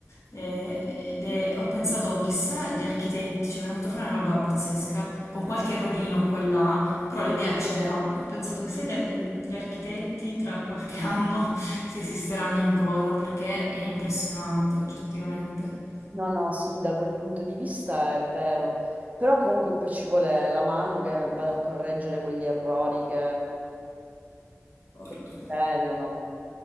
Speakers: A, on the left (about 75°); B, on the right (about 30°).
A: eh, ed è- ho pensato chissà gli architetti, cioè mi è venuta fuori una roba pazzesca con qualche errorino qua e là, però l'idea c'era. Ho pensato chissà gli, gli architetti tra qualche <laughs> anno se esisteranno ancora perché è impressionante oggettivamente.
B: No, no, sì, da quel punto di vista è vero, però comunque poi ci vuole la mano che vada a correggere quegli errori che,
A: D'accordo.
B: che si vedono.